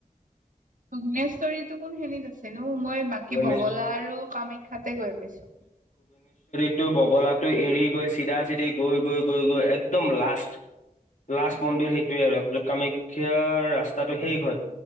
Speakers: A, on the right (about 65°); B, on the left (about 55°).
A: ভুৱনেশ্বৰীতো কোনখিনিত আছে নো? মই বাকী
B: ভূৱনেশ
A: বগলা আৰু কামাখ্যাতে গৈ পাইছোঁ।
B: এইটো বগলাটো এৰি গৈ চিধা-চিধি গৈ, গৈ, গৈ, গৈ, একদম লাষ্ট। লাষ্ট মন্দিৰ সেইটোৱেই আৰু তাৰপিছত কামাখ্যাৰ ৰাস্তাটো শেষ হয়।